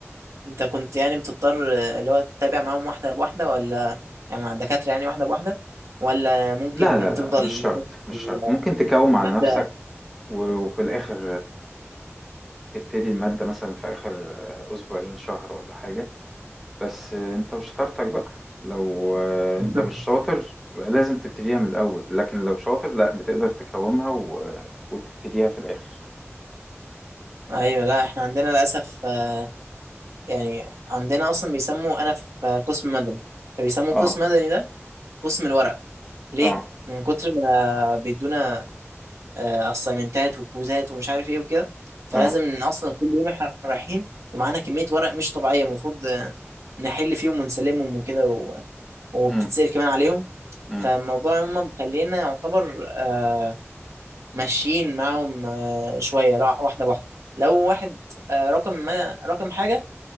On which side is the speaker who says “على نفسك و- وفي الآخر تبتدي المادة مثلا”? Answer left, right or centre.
Centre